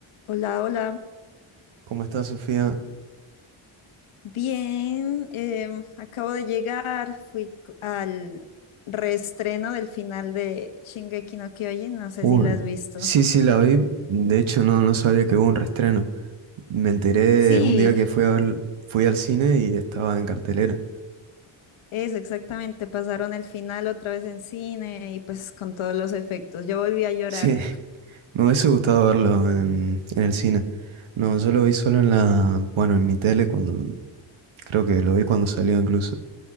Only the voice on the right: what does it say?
¿Cómo está Sofía?
Uy,
sí, sí, la vi. De hecho, no, no sabía que hubo un reestreno. Me enteré
un día que fui al, fui al cine y estaba en cartelera.
Sí, <laughs> me hubiese gustado verlo en, en el cine. No, yo lo vi solo en la, bueno, en mi tele cuando, creo que lo vi cuando salió incluso.